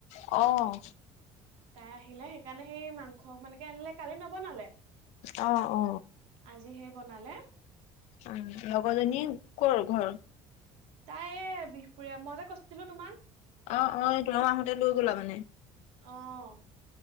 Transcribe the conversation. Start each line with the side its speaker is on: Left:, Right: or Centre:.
Left: অ
Right: তাই আহিলে সেইকাৰণে সেই মাংস অকমানকে আনিলে কালি নবনালে
Left: অ অ
Right: আজি সেই বনালে
Left: আহ লগৰজনী কৰ ঘৰ
Right: তাই বিহপুৰীয়া, মই যে কৈছিলো তোমাক
Left: অ অ তেওঁ আহোতে লৈ গ'লা মানে
Right: অ